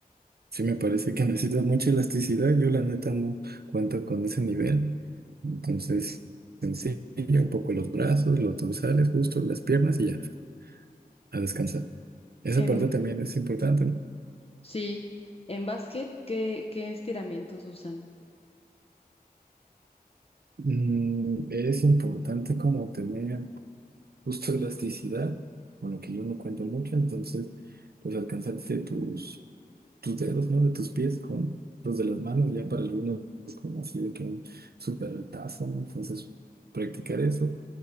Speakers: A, on the right (about 80°); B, on the left (about 40°).
A: Sí, me parece que necesitas mucha elasticidad. Yo la neta no cuento con ese nivel. Entonces, sencillo, un poco los brazos, los dorsales, justo las piernas y ya, a descansar. Esa
B: En,
A: parte también es importante, ¿no?
B: sí, en básquet, ¿qué, qué estiramientos usan?
A: Mm, es importante como tener justo elasticidad, con lo que yo no cuento mucho. Entonces, pues alcanzarte tus tus dedos, ¿no? De tus pies con los de las manos, ya para algunos es como así de que un súper retazo, ¿no? Entonces, practicar eso